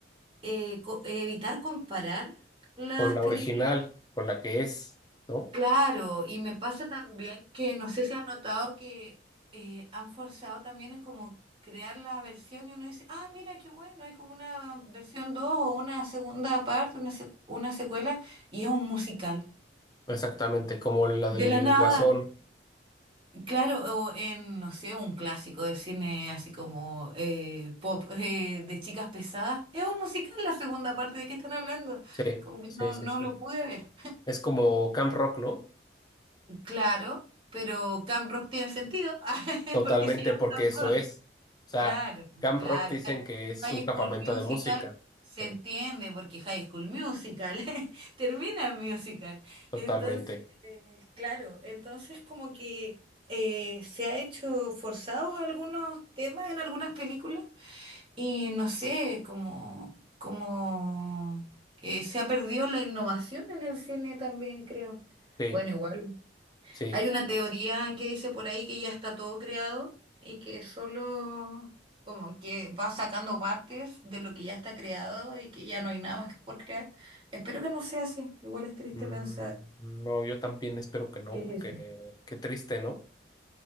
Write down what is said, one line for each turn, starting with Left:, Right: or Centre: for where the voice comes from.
Right: eh, co- evitar comparar las
Left: Con la
Right: películas.
Left: original, con la que es, ¿no?
Right: Claro, y me pasa también que no sé si has notado que eh, han forzado también en como crear la versión y uno dice, ah, mira, qué bueno, hay como una versión 2 o una segunda parte, una, sec- una secuela, y es un musical.
Left: Exactamente, como la
Right: De
Left: del
Right: la nada.
Left: Guasón.
Right: Claro, o en, no sé, un clásico del cine así como eh, pop eh, de chicas pesadas. Es un musical la segunda parte, ¿de qué están hablando?
Left: Sí,
Right: Como que
Left: sí,
Right: no,
Left: sí,
Right: no
Left: sí.
Right: lo pude ver.
Left: Es como Camp Rock, ¿no?
Right: Claro, pero Camp Rock tiene sentido, <laughs>
Left: Totalmente,
Right: porque se llama
Left: porque
Right: Camp
Left: eso
Right: Rock.
Left: es. O sea,
Right: Claro,
Left: Camp
Right: claro.
Left: Rock dicen
Right: Hi-
Left: que es
Right: High
Left: un campamento
Right: School Musical
Left: de música.
Right: se
Left: Sí,
Right: entiende porque High School Musical <laughs> termina en musical.
Left: totalmente.
Right: Entonces, eh, claro, entonces como que eh, se ha hecho forzados algunos temas en algunas películas y no sé, como, como que se ha perdido la innovación en el cine también, creo.
Left: Sí,
Right: Bueno, igual.
Left: sí.
Right: Hay una teoría que dice por ahí que ya está todo creado y que solo como que va sacando partes de lo que ya está creado y que ya no hay nada más que por crear. Espero que no sea así. Igual es triste
Left: Mm,
Right: pensar
Left: no, yo también espero que no,
Right: qué
Left: porque
Right: es eso.
Left: qué triste, ¿no?